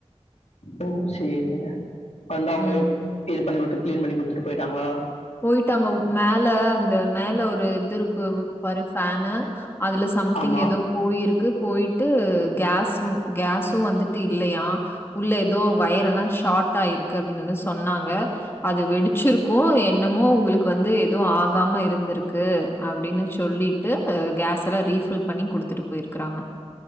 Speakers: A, on the left (about 70°); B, on the left (about 20°).
A: ஓ சேரிங்க வந்தா அவுங்களே
B: ம்.
A: இது பண்ணிவுட்டு க்ளீன் பண்ணிகுடுத்துட்டு போய்ட்டாங்களா
B: போய்ட்டாங்க உப் மேல அந்த மேல ஒரு இதுருக் க்கு ஒரு ஃபேனு அதுல சம்திங்
A: ஆமா
B: ஏதோ போயிருக்கு போய் ட்டு கேஸ்சு கேஸ்சும் வந்துட்டு இல்லயா உள்ள ஏதோ வயரெல்லா ஷார்ட் ஆயிருக்கு அப்டின்னு வந்து சொன்னாங்க அது வெடிச்சிர்க்கு இன்னமோ உங்களுக்கு வந்து எதுவு ஆகாம இருந்திருக்கு அப்டின்னு சொல்லிட்டு கேஸ்ல்லா ரீஃபில் பண்ணி குடுத்துட்டு போயிருக்கறாங்க